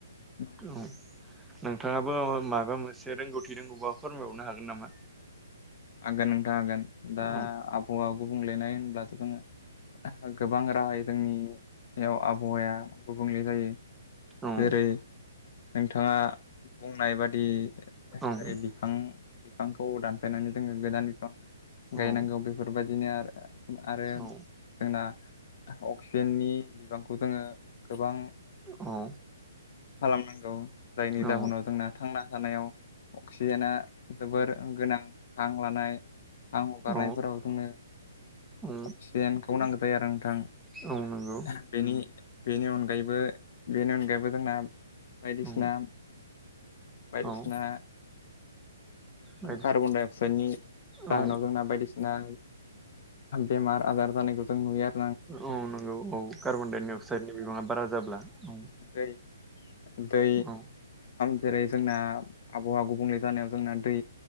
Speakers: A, on the left; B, in the centre.
A: नंगौ
B: औ
A: नंगौ
B: नोंथाङाबो माबा मोनसे रोंगौथि रोंगौबा फोरमायबावनो हागोन नामा
A: हागोन नोंथां हागोन दा
B: औ
A: आबहावा गुबुंलेनाय होनब्लाथ' जोङो गोबां राहायै जोंनियाव आबहावाया गुबुंले जायो
B: औ
A: जेरै नोंथाङा बुंनाय बादि
B: औ
A: जेरै बिफां बिफांखौ दानफायनानै जोङो गोदान बिफां गायनांगौ
B: औ
A: बेफोरबायदिनो आरो
B: औ
A: जोंना अक्सिजेननि बिबांखौ जोङो गोबां
B: औ
A: खालामनांगौ जायनि
B: औ
A: जाहोनाव जोंना थांना थानायाव अक्सिजेना जोबोर गोनां हां लानाय आं हगारनायफोराव
B: औ
A: जोंनो
B: औ
A: अक्सिजेनखौ नांगौ जायो आरो नोंथां
B: औ नंगौ
A: बेनि बेनि अनगायैबो-बेनि अनगायैबो जोंना बायदिसिना
B: औ
A: बायदिसिना
B: औ बायदि
A: कार्बनडाइ अक्साइडनि जाहोनाव
B: औ
A: जोंना बायदिसिना बेमार आजार जानायखौ जों नुयो आरो
B: औ नंगौ औ कार्बनडाइ अक्साइडनि बिबाङा बारा जाब्ला औ
A: दै दै
B: औ
A: जेरै जोंना आबहावा गुबुंले जानायाव जोंना दै